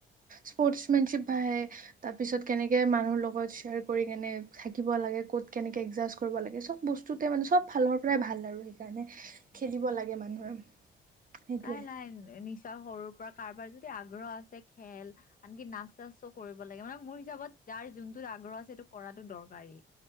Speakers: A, on the right; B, on the left.
A: স্প'ৰ্টছ মেনশিপ তাৰপিছত কেনেকে মানুহৰ লগত শ্বেয়াৰ কৰি কেনে থাকিব লাগে ক'ত কেনেকে এডজাষ্ট কৰিব লাগে সব বস্তুতে মানে সব ফালৰ পৰাই ভাল আৰু সেইকাৰণে খেলিব লাগে মানুহে সেইটোৱে।
B: নাই নাই ন নিশ্চয় সৰুৰ পৰা কাৰোবাৰ যদি আগ্ৰহ আছে খেল আনকি নাচ চাচো কৰিব লাগে মানে মোৰ হিচাপত যাৰ যোনটো আগ্ৰহ আছে সেইটো কৰা <unintelligible> গাড়ী